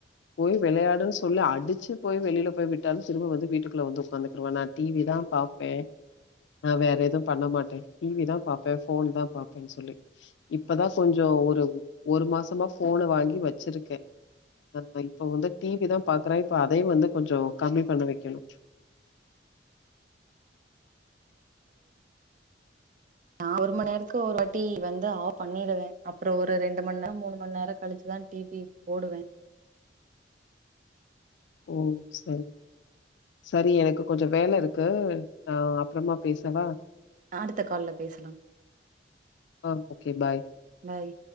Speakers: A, on the left; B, on the right.
A: போய் விளையாடுன்னு சொல்லி அடிச்சு போய் வெளியில போய் விட்டாலும் திரும்ப வந்து வீட்டுக்குள்ள வந்து உட்காந்துக்குருவேன் நான் டிவிதான் பாரப்பேன் நான் வேற எதுவும் பண்ண மாட்டேன் டிவி தான் பாப்பேன் போன் தான் பாப்பேன்னு சொல்லி இப்பதான் கொஞ்சம் ஒரு ஒரு மாசம் போனை வாங்கி வச்சிருக்கேன் அ இப்ப வந்து டிவி தான் பாக்குறேன் இப்ப அதையும் வந்து கொஞ்சம் கம்மி பண்ண வைக்கணும்
B: நான் ஒரு மணி நேரத்துக்கு ஒரு வாட்டி வந்து ஆப் பண்ணிடுவேன் அப்புறம் ஒரு ரெண்டு மணி நேரம் மூணு மணி நேரம் கழிச்சுதான் டிவி போடுவேன்
A: ஓ செரி செரி எனக்கு கொஞ்சம் வேலை இருக்கு நா அப்பறமா பேசவா
B: அடுத்த கால்ல பேசலாம்
A: ஆ ஓகே பாய்
B: பாய்